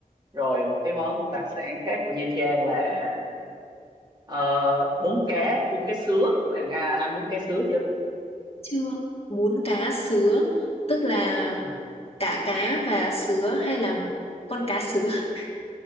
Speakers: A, on the right; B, on the left.
A: rồi một cái món đặc sản khác của Nha Trang là ờ, bún cá bún cá sứa bạn à, ăn bún cá sứa chưa
B: chưa bún cá sứa tức là
A: Ừ.
B: cả cá và sứa hay là con cá sứa <laughs>